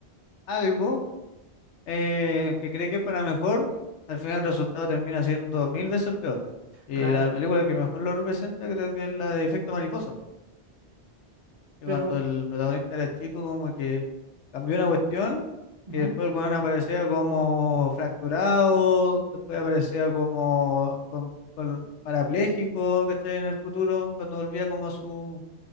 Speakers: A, on the left (about 85°); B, on the right (about 45°).
A: algo eh, que cree que es para mejor, al final el resultado termina siendo mil veces peor. Y
B: Claro,
A: la película que mejor lo representa creo que es la de Efecto Mariposa, que
B: pero,
A: cuando el protagonista era chico como que cambió una cuestión
B: ujú,
A: y después el weón aparecía como fracturado, después aparecía como con, con parapléjico, ¿cachai? En el futuro, cuando volvía como a su